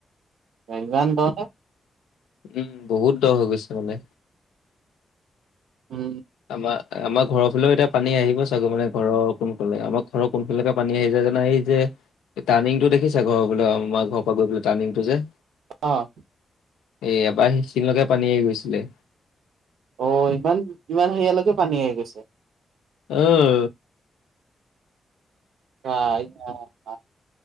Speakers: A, on the right; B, on the left.
A: বা ইমান দ নে?
B: উম বহুত দ হৈ গৈছে মানে।
A: উম,
B: আমাৰ আমাৰ ঘৰৰ ফালেও এতিয়া পানী আহিব চাগো মানে ঘৰৰ কোন কলে আমাৰ ঘৰৰ কোনফালেকে পানী আহিছে জানা এই যে, টানিংটো দেখিছে ঘৰ বোলে আমাৰ ঘৰ পৰা গৈ পালে টানিংটো যে,
A: অ'
B: এ এবাৰ সেইখিনি লৈকে পানী আহি গৈছিলে।
A: অ', ইমান ইমান সেয়ালৈকে পানী আহি গৈছে।
B: উম
A: <unintelligible>